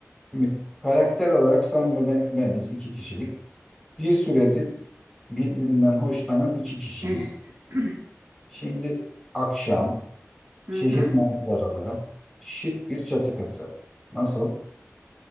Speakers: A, in the centre; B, on the right.
A: Şimdi karakter olarak sen ve be- beniz iki kişilik. Bir süredir birbirinden hoşlanan iki kişiyiz.
B: Evet. <clears throat>
A: Şimdi akşam, şehir
B: Hı hı.
A: manzaralı, şık bir çatı katı. Nasıl?